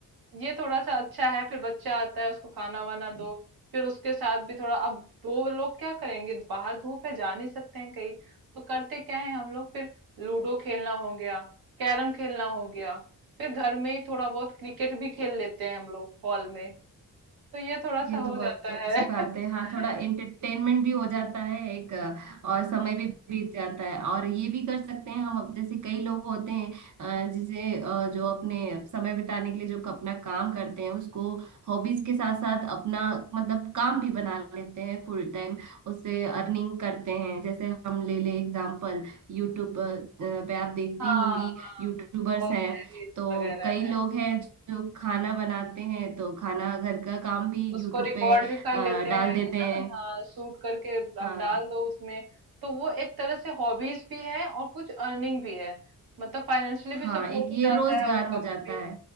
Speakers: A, on the right; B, on the right.
A: ये थोड़ा सा अच्छा है फिर बच्चा आता है उसको खाना वाना
B: है
A: दो फिर उसके साथ भी थोड़ा अब दो लोग क्या करेंगे बाहर धूप है जा नहीं सकते हैं कहीं तो करते क्या है हम लोग फिर लूडो खेलना हो गया कैरम खेलना हो गया फिर घर में ही थोड़ा बहुत क्रिकेट भी खेल लेते हैं हम लोग हॉल में तो ये थोड़ा
B: ये
A: सा
B: तो
A: हो
B: बहुत
A: जाता
B: अच्छी
A: है
B: बात
A: <laughs>
B: है हाँ थोड़ा एंटरटेनमेंट भी हो जाता है एक अ, और समय भी बीत जाता है और ये भी कर सकते हैं हम अब जैसे कई लोग होते हैं अ, जिसे अ, जो अपने समय बिताने के लिए जो अपना काम करते हैं उसको हॉबीज के साथ साथ अपना मतलब काम भी बना लेते हैं फुल टाइम उससे अर्निंग करते हैं जैसे हम ले ले एग्जाम्पल यूट्यूब पे आप देखती
A: हाँ
B: होंगी
A: हाँ
B: यूट्यूबर्स
A: बहुत
B: हैं
A: से रील्स
B: तो
A: वगैरह
B: कई लोग
A: है
B: हैं जो खाना बनाते हैं तो खाना घर का काम भी यूट्यूब
A: उसको रिकॉर्ड
B: पे
A: भी कर
B: अ,
A: लेते
B: डाल
A: हैं
B: देते
A: है ना
B: हैं
A: हाँ शूट करके
B: हाँ
A: आप डाल दो उसमें तो वो एक तरह से हॉबीज भी है और कुछ अर्निंग भी है मतलब फाइनेंशियली भी
B: हाँ
A: सपोर्ट
B: एक
A: हो
B: ये
A: जाता
B: रोजगार
A: है उनका
B: हो
A: मन
B: जाता
A: भी
B: है